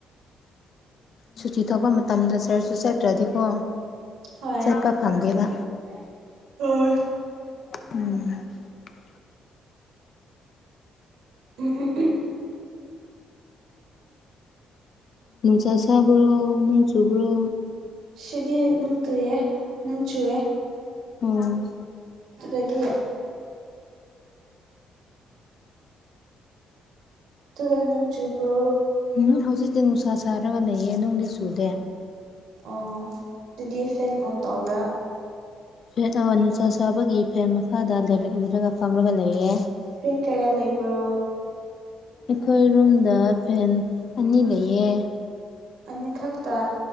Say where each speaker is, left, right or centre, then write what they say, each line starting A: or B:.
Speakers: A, on the left; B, on the right.
A: ꯁꯨꯇꯤ ꯊꯣꯛꯄ ꯃꯇꯝꯗ ꯆꯔ꯭ꯁꯁꯨ ꯆꯠꯇ꯭ꯔꯗꯤꯀꯣ
B: ꯍꯣꯏ
A: ꯆꯠꯄ ꯐꯪꯗꯦꯕ <unintelligible>
B: ꯎꯝ꯫
A: ꯅꯨꯡꯁꯥ ꯁꯕ꯭ꯔꯣ ꯅꯅꯨꯡ ꯆꯨꯕ꯭ꯔꯣ
B: ꯁꯤꯗꯤ ꯅꯨꯡ ꯇꯨꯏꯌꯦ ꯅꯣꯡ ꯆꯨꯑꯦ
A: ꯎꯝ
B: ꯑꯗꯨꯗꯒꯤ ꯇꯨꯗ ꯅꯣꯡ ꯆꯕ꯭ꯔꯣ
A: ꯎꯝ ꯍꯧꯖꯤꯛꯇꯤ ꯅꯨꯡꯁꯥ ꯁꯥꯔꯒ ꯂꯩꯌꯦ ꯅꯣꯡꯗꯤ ꯆꯨꯗꯦ
B: ꯑꯣ ꯑꯗꯨꯗꯤ ꯐꯦꯟ ꯑꯣꯟ ꯇꯧꯕ꯭ꯔꯥ
A: ꯐ ꯅꯨꯡꯁꯥ ꯁꯥꯕꯒꯤ ꯐꯦꯟ ꯃꯈꯥꯗ ꯂꯥꯏꯔꯤꯛ ꯏꯔꯒ ꯐꯝꯔꯒ ꯂꯩꯌꯦ꯫
B: ꯆꯦꯡ ꯀꯌꯥ ꯂꯩꯕ꯭ꯔꯣ
A: ꯑꯩꯈꯣꯏ ꯔꯨꯝꯗ ꯐꯦꯟ ꯑꯅꯤ ꯂꯩꯌꯦ
B: ꯑꯅꯤꯈꯛꯇ